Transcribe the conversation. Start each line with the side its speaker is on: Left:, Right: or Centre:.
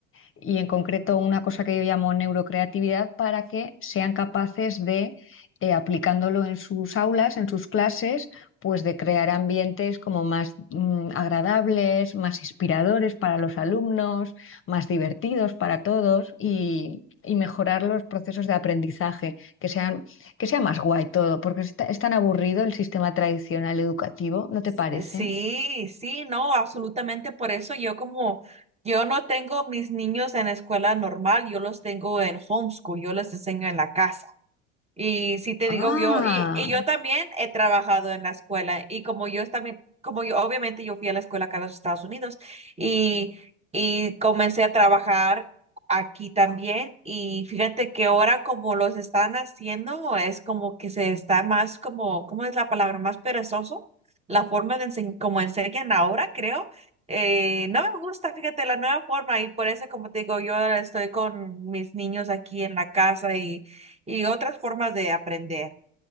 Left: y en concreto una cosa que yo llamo neurocreatividad para que sean capaces de, eh, aplicándolo en sus aulas, en sus clases, pues de crear ambientes como más mm, agradables, más inspiradores para los alumnos, más divertidos para todos y, y mejorar los procesos de aprendizaje, que sean, que sea más guay todo, porque es ta- es tan aburrido el sistema tradicional educativo, ¿no te parece?
Right: Eh, Sí, sí, no, absolutamente. Por eso yo como, yo no tengo mis niños en escuela normal, yo los tengo en homeschool, yo les enseño en la casa. Y si te
Left: Ah.
Right: digo yo, y, y yo también he trabajado en la escuela y como yo es también, como yo, obviamente yo fui a la escuela acá en los Estados Unidos y, y comencé a trabajar aquí también y fíjate que ahora como los están haciendo es como que se está más como, ¿cómo es la palabra? Más perezoso, la forma de enseñ- como enseñan ahora, creo. Eh, no me gusta, fíjate, la nueva forma y por eso, como te digo, yo estoy con mis niños aquí en la casa y y otras formas de aprender.